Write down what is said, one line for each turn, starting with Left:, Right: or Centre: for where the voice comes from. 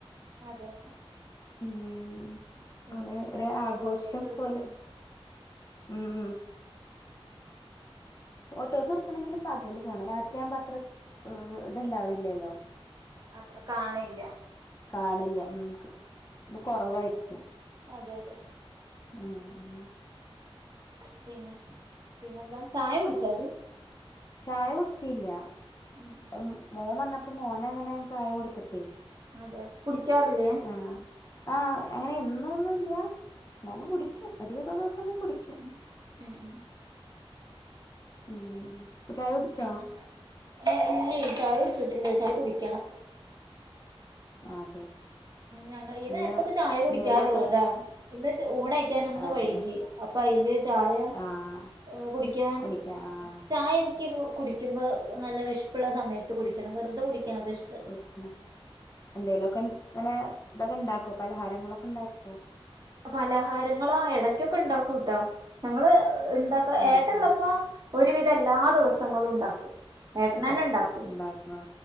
Right: അതെ.
Left: ഉം
Right: പിന്നെന്താ
Left: നമ്മള് ഒരു ആഘോഷം
Right: ഫോട്ടോക്കെ എടുക്കലും.
Left: പോലെ ഉം ഉം. ഫോട്ടോസ് എടുക്ണങ്കില് പകല് പോകണം. രാത്രിയാവുമ്പോ അത്ര ഇത്ണ്ടാവില്യല്ലോ.
Right: അത് അഹ് കാണില്ല.
Left: കാണില്ല. ഉം ത് ഇത് കൊറവായിരിക്കും.
Right: അതെ അതെ.
Left: ഉം ഉം.
Right: പിന്നെ പിന്നെന്താ. ചായ കുടിചാടി?
Left: ചായ കുടിച്ചീല്ല.
Right: ഉം
Left: ഉം മോൻ വന്നപ്പോ മോനങ്ങനെ ചായ കൊടുത്തിട്ടേ,
Right: അതെ. കുടിക്കാറില്ലേ?
Left: ആ ആ അങ്ങനെ എന്ന് ഒന്നുല്ല. എന്നാലും കുടിക്കും. ഒരുവിധം ദിവസൊക്കെ കുടിക്കും.
Right: ഉം ഉം ഉം.
Left: ഉം ചായ കുടിച്ചോ
Right: പിന്നെ, ഏ ഇല്ലേ ചായ കുടിച്ചിട്ടില്ല, ചായ കുടിക്കണം.
Left: അ അതെ.
Right: ഞങ്ങളീ
Left: ഇന്ന്
Right: നേരത്തൊക്കെ ചായ കുടിക്കാറുള്ളതാ.
Left: എന്തേലുമൊക്കെ
Right: ഇന്ന് ഊണ യ്ക്കാൻ ഒന്ന്
Left: അതെ
Right: വഴുകി. അപ്പൊ അയില് ചായ
Left: ആഹ്
Right: ഏഹ് കുടിക്കാൻ
Left: കുടിക്കാ ആഹ്
Right: ചായ എനിക്ക് കുടിക്കുമ്പോ നല്ല വിശപ്പുള്ള സമയത്ത് കുടിക്കണം. വെറുതെ കുടിക്കണത് ഇഷ്-
Left: <unintelligible> എന്തെലുമൊക്കെ ഇങ്ങനെ ഇതൊക്കെ ഇണ്ടാക്കോ? പലഹാരങ്ങളൊക്കെ ഇണ്ടാക്കോ?
Right: പലഹാരങ്ങളാ ആ ഇടക്കൊക്കെ ഉണ്ടാക്കൂട്ടാ. ഞങ്ങള് ഇണ്ട- ക്ക ഏട്ടള്ളപ്പോ
Left: അതെ
Right: ഒരുവിധം എല്ലാ ദിവസങ്ങളും ഉണ്ടാക്കും. ഏട്ടനന്നെ ഉണ്ടാക്കും.
Left: ഉണ്ടാക്കുവാ.